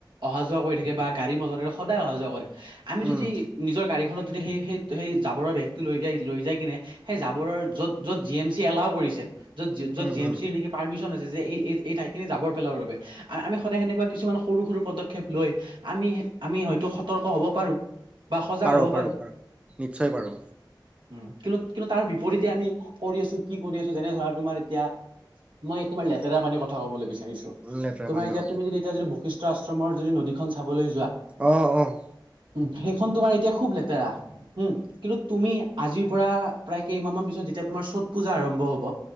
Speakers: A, on the right (about 80°); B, on the right (about 15°).
A: অহা যোৱা অহা যোৱা কৰি থাকে বা গাড়ী মাজে সদায় অহা যোৱা কৰে আমি
B: উম
A: যদি নিজৰ গাড়ীখনত যদি সেই সেই সেই জাবৰৰ বেগটো লৈ যাই লৈ যাই কিনে সেই জাবৰৰ য'ত য'ত জি এম চি এলাও কৰিছে য'ত যত
B: উম
A: জি
B: উম
A: এম চি নেকি পাৰ্মিশন আছে যে এই এই ঠাই খিনি যাবৰ পেলাব বাবে আমি সদায় সেনেুৱা কিছুমান সৰু সৰু পদক্ষেপ লৈ আমি আমি হয়তো সতৰ্ক হ'ব পাৰোঁ। বা সজাগ
B: পাৰ
A: হ'ব
B: পাৰ
A: পাৰোঁ
B: পাৰ নিশ্চয় পাৰ।
A: উ কিন্তু কিন্তু তাৰ বিপৰীতে এতিয়া আমি কৰি আছো কি কৰি আছোঁ যেনে ধৰা তোমাৰ এতিয়া মই তোমাৰ লেতেৰা পানীৰ কথা ক'বলৈ বিছাৰো
B: উম, লেতেৰা
A: তোমাৰ
B: পানী
A: এতিয়া
B: অ
A: তুমি যদি এতিয়া যদি বৈশিষ্ট আশ্ৰমৰ যদি নদীখন চাবলৈ
B: অহ -অহ-
A: উ সেইখন তোমাৰ এতিয়া খুব লেতেৰা, হম কিন্তু তুমি আজিৰ পৰা প্ৰায় কেইমাহ মান পিছত যেতিয়া তোমাৰ চত পূজা আৰম্ভ হব,